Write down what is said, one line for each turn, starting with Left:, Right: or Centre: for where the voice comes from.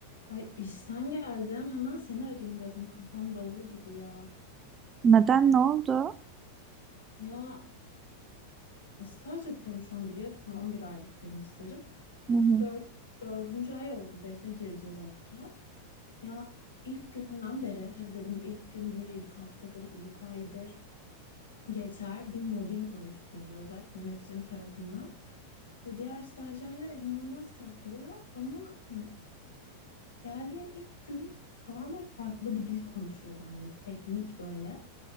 Left: Ay işten geldim. Hemen seni arayayım dedim. Kafam davul gibi ya.
Right: Neden ne oldu?
Left: Ya staj yapıyorum şu an biliyorsun. on bir aylık benim stajım.
Right: Hı hı,
Left: 4 dördüncü ay oldu. 5'e gireceğiz hatta. Ya ilk günden beri hadi dedim ilk gündür, ilk haftadır, ilk aydır geçer. Bir mobbing var üstümde. Özellikle yöneticim tarafından. Ya diğer stajyerler inanılmaz tatlı ama hani geldiğim ilk gün tamamen farklı bir dil konuşuyor benimle. Teknik böyle.